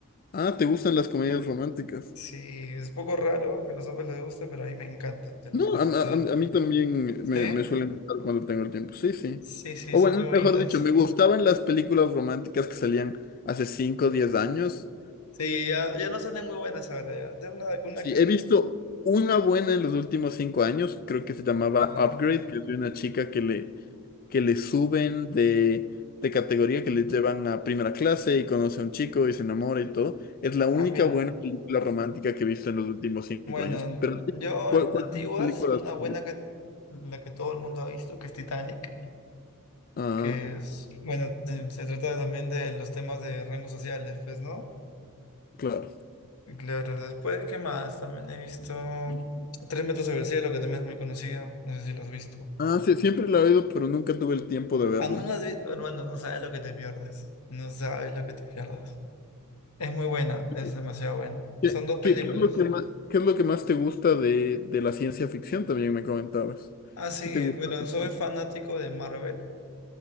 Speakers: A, on the left (about 40°); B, on the left (about 75°).
A: Ah, ¿te gustan las comedias románticas?
B: Sí, es poco raro que a los hombres les guste, pero a mí me encanta, te lo
A: No,
B: juro.
A: a, a-
B: Poder...
A: a mí también
B: ¿Sí?
A: me, me suelen gustar cuando tengo el tiempo. Sí, sí.
B: Sí, sí,
A: O
B: son
A: bueno,
B: muy bonitas.
A: mejor dicho, me gustaban las películas románticas que salían hace 5 o 10 años.
B: Sí, ya, ya no salen muy buenas ahora, ya. De una, una
A: Sí,
B: que
A: he
B: otra.
A: visto una buena en los últimos 5 años, creo que se llamaba
B: A ver.
A: Upgrade, que es de una chica que le, que le suben de, de categoría, que le llevan a primera clase y conoce a un chico y se enamora y todo. Es la única
B: Ah, mira.
A: buena película romántica que he visto en los últimos 5
B: Bueno,
A: años. Pero,
B: yo,
A: ¿cuál, cuáles
B: antiguas,
A: son tus películas
B: una
A: favoritas?
B: buena que la que todo el mundo ha visto, que es Titanic,
A: Ah,
B: que es, bueno, de- se trata también de los temas de rangos sociales, pues, ¿no?
A: claro.
B: Y Claro, después, ¿qué más? También he visto Tres metros sobre el cielo, que también es muy conocida. No sé si lo has visto.
A: Ah, sí, siempre la he oído, pero nunca tuve el tiempo de verla.
B: Ah, no, no has vi- Bueno, no sabes lo que te pierdes. No sabes lo que te pierdes. Es muy buena,
A: Sí.
B: es demasiado buena.
A: ¿Qué,
B: Son dos películas.
A: qué- qué es lo que más, qué es lo que más te gusta de, de la ciencia ficción? También me comentabas.
B: Ah, sí,
A: ¿Qué te gusta?
B: bueno,
A: de
B: soy
A: la ciencia?
B: fanático de Marvel.